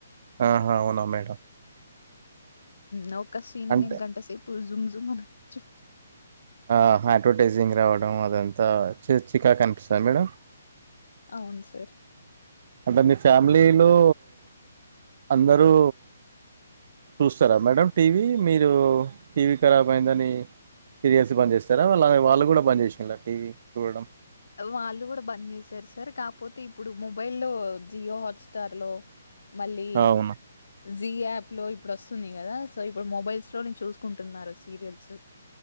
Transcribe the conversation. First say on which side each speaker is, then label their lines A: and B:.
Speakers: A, on the right (about 50°); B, on the left (about 70°).
A: ఆహా అవునా మేడం
B: నౌ సీన్
A: అంటే
B: నీ గంట సేపు <unintelligible> <unintelligible>
A: ఆ అడ్వర్టైజింగ్ రావడం అదంతా చికా క అనిపిస్తుంది మేడం
B: అవును సార్
A: అంటే మీ ఫ్యామిలీలో అందరూ చూస్తారా మేడం టీవీ మీరు టీవీ ఖరాబ్ అయిందని సీరియల్స్ బంద చేస్తారా వాళ్ళ వాళ్ళు కూడా బంద్ చేసిండ్లా టీవీ చూడడం?
B: వాళ్ళు కూడా బంద్ చేసారు సార్ కపోతే ఇప్పుడు మొబైల్ లో జియో హాట్స్టార్ లో మళ్ళీ
A: అవును.
B: జీ యాప్ లో ఇప్పుడు వస్తుంది కదా సో ఇప్పుడు మొబైల్స్ లోను చూసుకుంటున్నారు సీరియల్స్